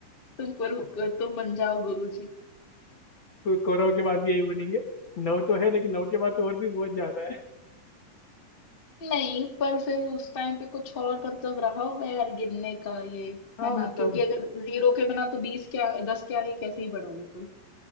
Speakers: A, on the left (about 30°); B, on the left (about 60°).
A: तुम गुरु
B: <laughs>
A: तुम बन जाओ गुरु जी
B: तो कौरव के बाद भी यही बोलेंगे नौ तो है लेकिन नौ के बाद तो और भी बहुत ज्यादा है
A: नहीं पर फिर उस टाइम पे कुछ और मतलब रहा होगा यार गिनने का ये
B: <laughs> हाँ
A: है ना
B: मतलब
A: क्योंकि अगर जीरो के बिना तो बीस के आ- दस के आगे कैसे ही बढ़ोगे कोई